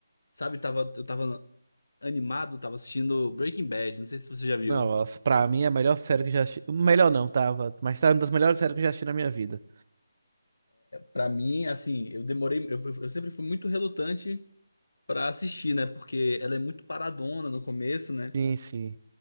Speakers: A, on the left; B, on the right.
A: sabe, tava, eu tava animado, tava assistindo Breaking Bad, não sei se você já viu.
B: Não, Nossa, pra mim é a melhor série que eu já assisti. Melhor não, tava. Mas tá uma das melhores séries que eu já assisti na minha vida.
A: Pra mim, assim, eu demorei, eu, fui- eu sempre fui muito relutante pra assistir, né? Porque ela é muito paradona no começo, né?
B: Sim, sim.